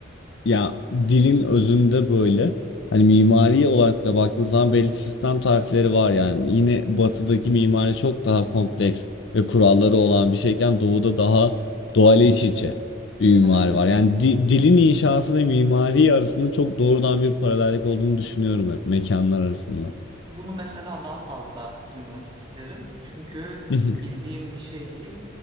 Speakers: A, on the left (about 60°); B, on the right (about 25°).
A: Ya dilin özünde böyle hani mimari olarak da baktığın zaman belli sistem tarifleri var yani. Yine batıdaki mimari çok daha kompleks ve kuralları olan bir şeyken doğuda daha doğayla iç içe bir mimari
B: Evet.
A: var. Yani di- dilin inşası ve mimari arasında çok doğrudan bir paralellik olduğunu düşünüyorum hep mekanlar arasında.
B: Bunu mesela daha fazla duymak isterim. Çünkü
A: <laughs>
B: bildiğim bir şey değil.